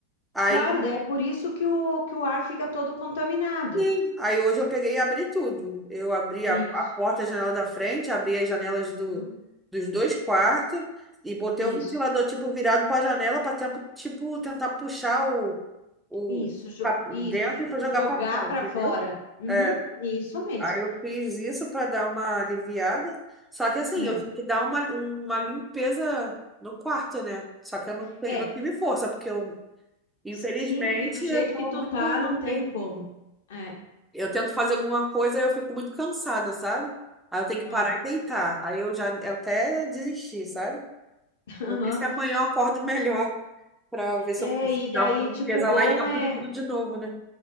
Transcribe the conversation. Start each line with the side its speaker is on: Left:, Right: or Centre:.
Centre: Aí
Left: Claro, daí é por isso que o, que o ar fica todo contaminado.
Centre: Sim. Aí hoje eu peguei e abri tudo. Eu abri
Left: Isso.
Centre: a, a porta, a janela da frente, abri as janelas do,
Left: Uhum.
Centre: dos dois quartos e botei
Left: Isso.
Centre: o ventilador, tipo, virado para a janela para tempo, tipo, tentar puxar o, o
Left: Isso, jo-
Centre: pra
Left: isso,
Centre: dentro
Left: jo-
Centre: para jogar
Left: jogar
Centre: para fora,
Left: para
Centre: entendeu?
Left: fora. Uhum,
Centre: É.
Left: isso mesmo.
Centre: Aí eu fiz isso para dar uma aliviada. Só que assim,
Left: É.
Centre: eu tive que dar uma, uma limpeza no quarto, né? Só que eu não, tenho-
Left: É,
Centre: não tive força, porque eu, infelizmente,
Left: sim, porque do jeito
Centre: eu estou
Left: que tu
Centre: muito
Left: tá,
Centre: ruim.
Left: não tem como. É,
Centre: Eu tento fazer alguma coisa e eu fico muito cansada, sabe? Aí eu tenho que
Left: ah,
Centre: parar e deitar. Aí eu já eu até desisti, sabe?
Left: <laughs> aham.
Centre: Vou ver se amanhã eu acordo <laughs> melhor pra ver se
Left: É,
Centre: eu consigo
Left: e daí,
Centre: dar uma limpeza
Left: tipo, o bom
Centre: lá e abro
Left: é,
Centre: tudo de novo, né?